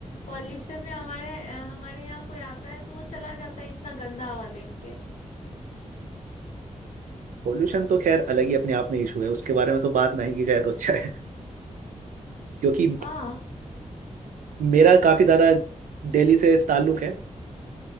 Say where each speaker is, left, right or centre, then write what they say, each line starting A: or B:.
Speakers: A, on the left; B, on the right.
A: पॉल्यूशन <laughs> में हमारे अ, हमारे यहाँ कोई आता है तो वो चला जाता है इतना गंदा हवा देख के
B: पॉल्यूशन तो खैर अलग ही अपने आप में इशू है उसके बारे में तो बात नहीं की जाए तो अच्छा है <laughs> क्योंकि
A: हाँ
B: मेरा काफी ज्यादा दिल्ली से ताल्लुक है